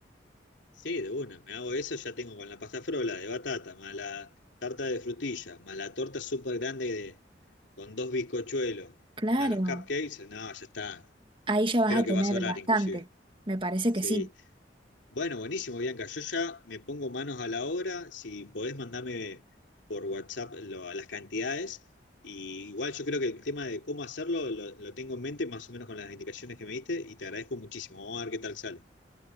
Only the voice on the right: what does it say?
Claro,
ahí ya vas
a tener
bastante.
Me parece
que sí.